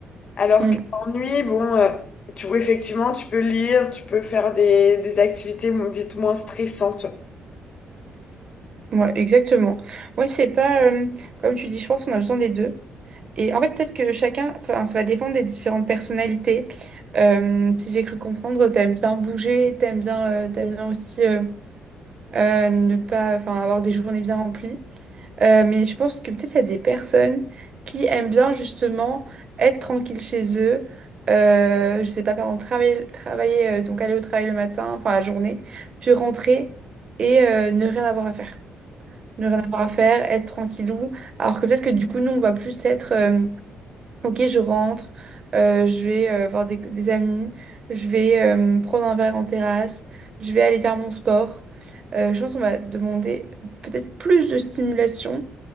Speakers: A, on the left; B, on the right.
A: Alors
B: Mm.
A: que l'ennui, bon, euh, tu, effectivement, tu peux lire, tu peux faire des, des activités, dites moins stressantes.
B: Ouais, exactement. Ouais, c'est pas euh, comme tu dis, je pense qu'on a besoin des deux. Et en fait, peut-être que chacun, enfin, ça va dépendre des différentes personnalités. Euh, si j'ai cru comprendre, t'aimes bien bouger, t'aimes bien, euh, t'aimes bien aussi. euh, euh, ne pas, enfin, avoir des journées bien remplies. Euh, mais je pense que peut-être il y a des personnes qui aiment bien justement être tranquille chez eux. Euh, je sais pas, par exemple, travailler, travailler euh, donc aller au travail le matin, enfin la journée, puis rentrer et euh, ne rien avoir à faire. Ne rien avoir à faire, être tranquillou. Alors que peut-être que du coup, nous, on va plus être euh, Ok, je rentre, euh, je vais euh, voir des, des amis, je vais euh, me prendre un verre en terrasse, je vais aller faire mon sport. Euh, je pense qu'on va demander peut-être plus de stimulation